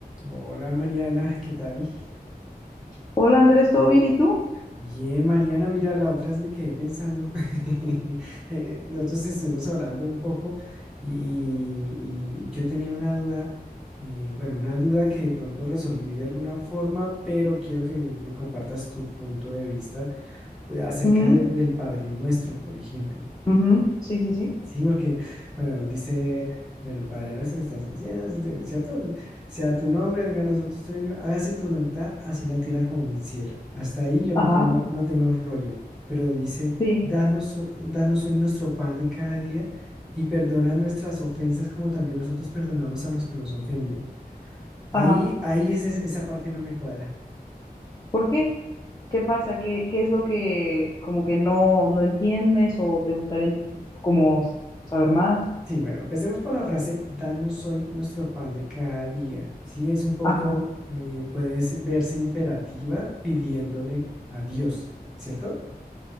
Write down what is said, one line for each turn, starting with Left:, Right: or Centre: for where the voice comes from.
Centre: Hola Mariana, ¿qué tal?
Left: Hola Andrés, ¿todo bien? ¿Y tú?
Centre: Bien, Mariana, mira, la otra vez me quedé pensando. <laughs> eh, Nosotros estuvimos hablando un poco y, y- y yo tenía una duda, eh, bueno, una duda que de pronto resolví de alguna forma, pero quiero que me compartas tu punto de vista eh, acerca
Left: Ujú,
Centre: de- del Padre Nuestro, por ejemplo.
Left: ujú, Sí, sí, sí.
Centre: Sí, porque, bueno, dice, bueno, Padre nuestro que estás en el cielo, ¿cierto? Sea tu nombre, venga a nosotros tu reino, hágase tu voluntad, así en la tierra como en el cielo. Hasta ahí yo
Left: Ajá,
Centre: no tengo, no tengo rollo, pero dice,
Left: sí,
Centre: danos, ho- danos hoy nuestro pan de cada día y perdona nuestras ofensas como también nosotros perdonamos a los que nos ofenden. Ahí,
Left: ajá.
Centre: ahí es, es- esa parte no me cuadra.
Left: ¿Por qué? ¿Qué pasa? ¿Qué, qué es lo que como que no, no entiendes o te gustaría como saber más?
Centre: Sí, bueno, empecemos por la frase, danos hoy nuestro pan de cada día. Sí, es un poco,
Left: Ajá.
Centre: eh, puede se- verse imperativa pidiéndole a Dios, ¿cierto?